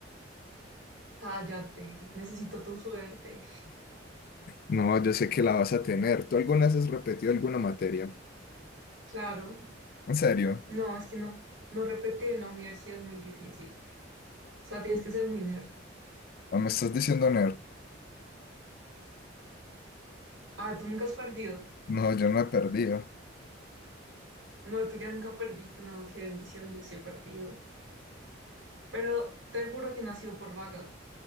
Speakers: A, on the right; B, on the left.
A: Cállate, necesito tu suerte.
B: No, yo sé que la vas a tener. ¿Tú alguna vez has repetido alguna materia?
A: Claro.
B: ¿En serio?
A: No, es que no, no repetir en la universidad es muy difícil. O sea, tienes que ser muy nerd.
B: ¿O me estás diciendo nerd?
A: Ah, tú nunca has perdido.
B: No, yo no he perdido.
A: No, tú ya nunca perdiste, no, qué bendición, yo sí he perdido. Pero te juro que no ha sido por vaga.